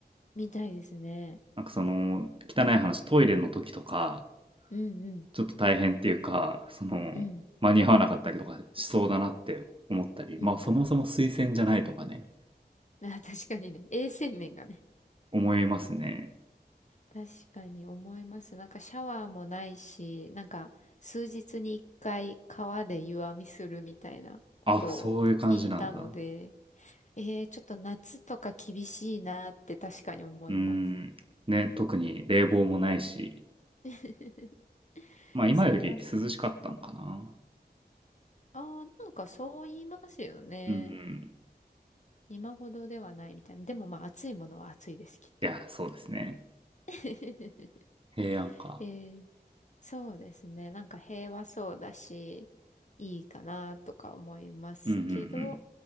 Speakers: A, on the left (about 45°); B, on the right (about 30°).
A: みたいですね。
B: なんかその汚い話トイレの時とか
A: うん、うん。
B: ちょっと大変っていうかその間に合わなかったりとかしそうだなって思ったりまあそもそも推薦じゃないとかね
A: うん。うん。<laughs> あー、確かにね。衛生面がね。
B: 思いますね
A: 確かに思います。なんかシャワーもないし、なんか数日に一回川で湯あみするみたいなことを聞いたので、
B: あそういう感じなんだ
A: えー、ちょっと夏とか厳しいなって確かに思います。
B: うーんね特に冷房もないし
A: <laughs>
B: まあ、今より涼しかったんかな。
A: それはそう。ああ、なんかそう言いますよね。
B: うんうん。
A: 今ほどではないみたいな。でもまあ暑いものは暑いです、きっと。
B: いや、そうですね。
A: <laughs>
B: 平安か。
A: えーそうですね。なんか平和そうだし、いいかなとか思いますけど、
B: うんうんうん。